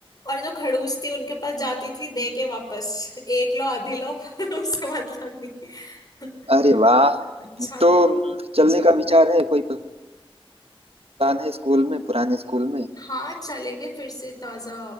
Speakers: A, on the left; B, on the right.
A: और जो खड़ूस थी उनके पास जाती थी दे के वापस एक लो आधी लो <laughs> उससे मतलब नहीं
B: अरे वाह
A: अच्छा
B: तो
A: था
B: चलने का विचार है कोई प्लान है स्कूल में पुराने स्कूल में
A: हाँ चलेंगे फिर से ताजा